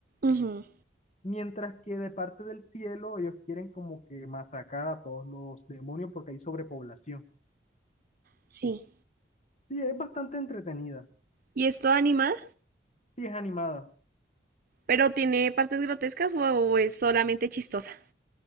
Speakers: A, on the right (about 55°); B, on the left (about 40°).
A: Ujú,
B: Mientras que de parte del cielo ellos quieren como que masacrar a todos los demonios porque hay sobrepoblación.
A: Sí.
B: Sí, es bastante entretenida.
A: ¿Y es toda animada?
B: Sí, es animada.
A: ¿Pero tiene partes grotescas o, o es solamente chistosa?